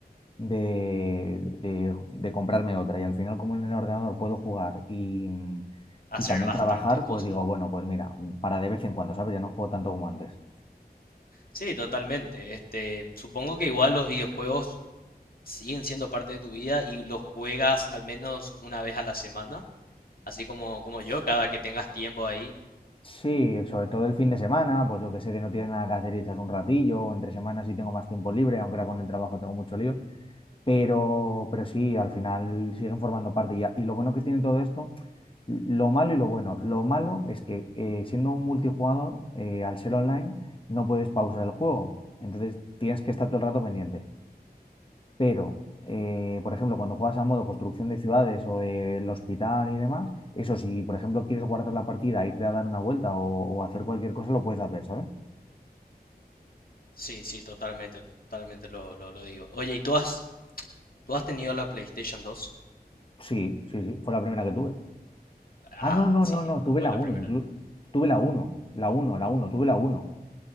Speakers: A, on the left (about 30°); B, on the left (about 60°).
A: de, de- de comprarme otra. Y al final, como en el ordenador puedo jugar y,
B: hacer
A: y también
B: bastantes
A: trabajar,
B: cosas.
A: pues digo, bueno, pues mira, para de vez en cuando, ¿sabes? Ya no juego tanto como antes.
B: Sí, totalmente. Este, supongo que igual los videojuegos siguen siendo parte de tu vida y los juegas al menos una vez a la semana, así como, como yo, cada que tengas tiempo ahí.
A: Sí, sobre todo el fin de semana, pues yo que sé que no tienes nada que hacer y echas un ratillo, o entre semanas sí tengo más tiempo libre, aunque ahora con el trabajo tengo mucho lío. Pero, pero sí, al final siguen formando parte. Y, a- y lo bueno que tiene todo esto, lo malo y lo bueno. Lo malo es que eh, siendo un multijugador, eh, al ser online, no puedes pausar el juego. Entonces tienes que estar todo el rato pendiente. Pero, eh, por ejemplo, cuando juegas a modo construcción de ciudades o eh, el hospital y demás, eso si, por ejemplo, quieres guardar la partida, irte a dar una vuelta o, o hacer cualquier cosa, lo puedes hacer, ¿sabes?
B: Sí, sí, totalmente, totalmente lo, lo, lo digo. Oye, ¿y tú has, tú has tenido la PlayStation dos
A: Sí, sí, sí, fue la primera que tuve.
B: Ah,
A: Ah, no, no,
B: sí,
A: no, no, tuve
B: fue
A: la
B: la
A: uno,
B: primera.
A: inclu- tuve la uno, la uno, la uno. tuve la uno.